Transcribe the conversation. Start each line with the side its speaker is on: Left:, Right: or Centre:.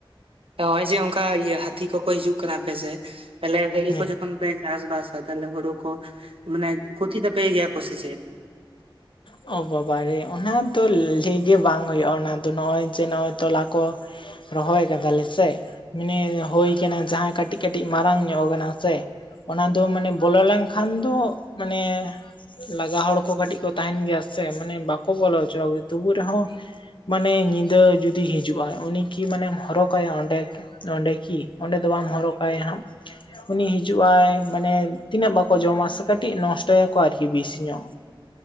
Right: ᱱᱚᱜᱚᱭ ᱡᱮ ᱚᱱᱠᱟ ᱦᱟᱹᱛᱤ ᱠᱚᱠᱚ ᱦᱤᱡᱩᱜ ᱠᱟᱱᱟ ᱟᱯᱮᱥᱮᱫ ᱵᱚᱞᱮ ᱦᱩ
Left: ᱦᱮᱸ
Right: ᱠᱚ ᱡᱚᱠᱷᱚᱱ ᱯᱮ ᱪᱟᱥ ᱵᱟᱥᱟ ᱛᱟᱦᱚᱞᱮ ᱦᱩᱲᱩ ᱠᱚ ᱢᱟᱱᱮ ᱠᱷᱚᱛᱤ ᱛᱟᱯᱮ ᱜᱮᱭᱟ ᱠᱚᱥᱮ ᱪᱮᱫ?
Left: ᱚ ᱵᱟᱵᱨᱮ ᱚᱱᱟ ᱫᱚ ᱞᱟᱹᱭ ᱜᱮ ᱵᱟᱝ ᱦᱩᱭᱩᱜ-ᱟ ᱚᱱᱟ ᱫᱚ ᱱᱚᱜ-ᱚᱭ ᱡᱮ ᱱᱚᱜ-ᱚᱭ ᱛᱚᱞᱟ ᱠᱚ ᱨᱚᱦᱚᱭ ᱠᱟᱫᱟᱞᱮ ᱥᱮ ᱢᱟᱱᱮ ᱦᱳᱭ ᱠᱟᱱᱟ ᱡᱟᱦᱟᱸᱭ ᱠᱟᱹᱴᱤᱡ ᱠᱟᱹᱴᱤᱡ ᱢᱟᱨᱟᱝ ᱧᱚᱜ ᱠᱟᱱᱟ ᱥᱮ, ᱚᱱᱟ ᱫᱚ ᱢᱟᱱᱮ ᱵᱚᱞᱚ ᱞᱮᱱᱠᱷᱟᱱ ᱫᱚ ᱢᱟᱱᱮ ᱞᱟᱜᱟ ᱦᱚᱲ ᱠᱚ ᱠᱟᱹᱴᱤᱡ ᱠᱚ ᱛᱟᱦᱮᱱ ᱜᱮᱭᱟ ᱥᱮ ᱢᱟᱱᱮ ᱵᱟᱠᱚ ᱵᱚᱞᱚ ᱦᱚᱪᱚᱣᱟ ᱜᱮᱭᱟ ᱛᱩᱵᱩ ᱨᱮᱦᱚᱸ ᱢᱟᱱᱮ ᱧᱤᱫᱟᱹ ᱡᱩᱫᱤ ᱦᱤᱡᱩᱜᱟᱭ ᱩᱱᱤ ᱠᱤ ᱢᱟᱱᱮᱢ ᱦᱚᱨᱚᱠᱟᱭᱟ ᱚᱸᱰᱮ, ᱚᱸᱰᱮ ᱠᱤ ᱚᱸᱰᱮ ᱫᱚ ᱵᱟᱢ ᱦᱚᱨᱚᱜ ᱠᱟᱭᱟ ᱦᱟᱸᱜ, ᱩᱱᱤ ᱦᱤᱡᱩᱜᱼ ᱟᱭ ᱢᱟᱱᱮ ᱛᱤᱱᱟᱹᱜ ᱵᱟᱠᱚ ᱡᱚᱢᱟ ᱥᱮ ᱠᱟᱹᱴᱤᱡ ᱱᱚᱥᱴᱚᱭᱟᱠᱚ ᱟᱨᱠᱤ ᱵᱮᱥᱤ ᱧᱚᱜ᱾